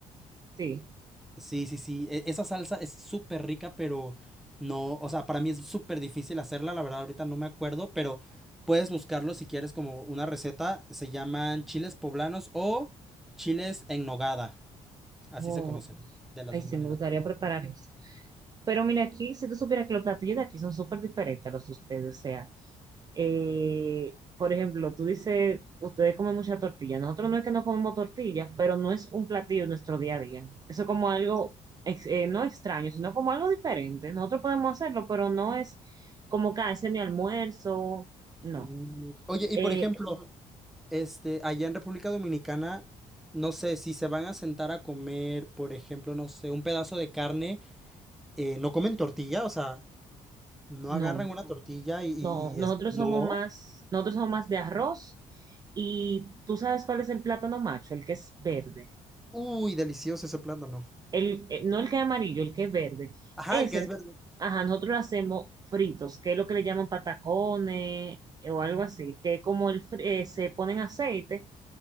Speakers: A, on the right; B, in the centre.
A: Sí.
B: Sí, sí, sí. e- Esa salsa es súper rica, pero no, o sea, para mí es súper difícil hacerla. La verdad, ahorita no me acuerdo, pero puedes buscarlo si quieres como una receta. Se llaman chiles poblanos o chiles en nogada. Así
A: Oh,
B: se conocen, de las
A: ay,
B: dos
A: sí,
B: maneras.
A: me gustaría preparar eso. Pero mira aquí, si tú supieras que los platillos de aquí son súper diferentes a los de ustedes, o sea, eh, por ejemplo, tú dices, ustedes comen mucha tortilla. Nosotros no es que no comemos tortilla, pero no es un platillo en nuestro día a día. Eso es como algo, ex- eh, no extraño, sino como algo diferente. Nosotros podemos hacerlo, pero no es como que "Ah, ese es mi almuerzo. No.
B: Mm, ok. Oye, y
A: Eh,
B: por ejemplo, este, allá en República Dominicana, no sé, si se van a sentar a comer, por ejemplo, no sé, un pedazo de carne, eh, no comen tortilla, o sea, no
A: no,
B: agarran una tortilla y, y-
A: no. Nosotros
B: y es... No.
A: somos más, nosotros somos más de arroz. Y tú sabes cuál es el plátano macho, el que es verde.
B: Uy, delicioso ese plátano.
A: El, eh, no el que es amarillo, el que es verde.
B: Ajá,
A: Ese,
B: el que es verde.
A: ajá, nosotros lo hacemos fritos, que es lo que le llaman patacones eh, o algo así, que es como el, fri- eh, se ponen aceite